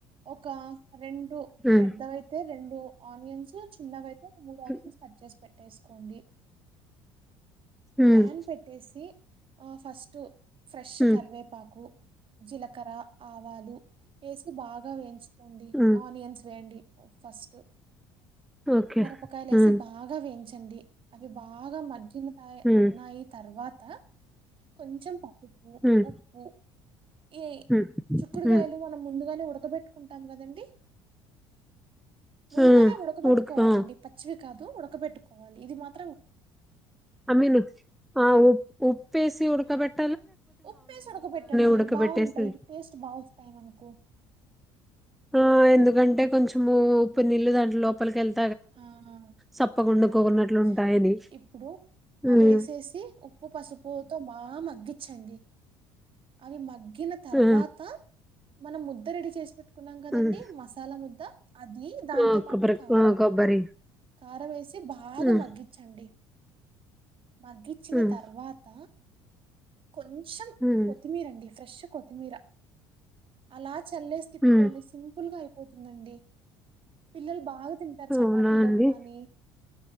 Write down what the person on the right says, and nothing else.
ఒక రెండు
పెద్దవయితే రెండు ఓ ఆనియన్స్ చిన్నవైతే మూడు ఆనియన్స్
కట్చేసి పెట్ పేట్టేసుకోండి
ప్యాన్ పెట్టేసి ఆ ఫస్ట్
కర్వేపాకు జిలకర ఆవు వాలు వేసి బాగా వేయించుకోండి
ఆనియన్స్ వేయండి ఫస్ట్
మిరపకాయలు
ఏసి బాగా వేయించు అండి అవి బాగా మ నిమ్మకాయే
అన్నాయి తర్వా ఆ కొంచెం పసుపు
ఉప్పు ఈ
చుక్కుడుగాయలు
మనం ముందుగానే ఉడకబెట్టు కుంటాం కదండీ ముందుగానే
ఉడకబెట్టుకోవాలండి
పచ్చివి కాదు ఉడక పెట్టుకోవాలి ఇది మాత్
ఉప్పేసి ఉడక బెట్టండి
బాగుంటాయి టేస్ట్ బా వస్తాయి మనకు
ఆ
అవునండి ఇప్పుడు
అ వేసేసి ఉప్పు పసుపుతో బాగా మగ్గిచ్చండి అ మ గిన తర్వాత
మనం ముద్ద రెడి చేసి పెట్టు కున్నాం కదండీ
మసాలా ముద్ద అది దాంతో
పాటు
కారం
కారం వేసి బాగా
మగ్గిచ్చండి మగ్గిచ్చినా
తర్వాత కొంచెం
కొత్తిమీర అండి ఫ్రెష్ కొతిమీరా అలా చల్లేసి తిప్పుకోండి
సింపుల్ గా పోతుందండి పిల్లలు బాగా తింటారు చప్
పాతి లో
కాని